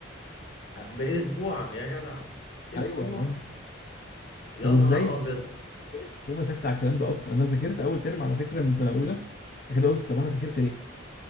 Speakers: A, on the left; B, on the left.
A: باسبوع يا جدع اسبوع
B: ايوه يا عم
A: يا
B: طب ازاي
A: نهار ابيض
B: الحكومه ساكته على الكلام ده اصلا انا ذاكرت اول ترم على فكره من سنه اولى بعد كده قلت طب انا ذاكرت ليه؟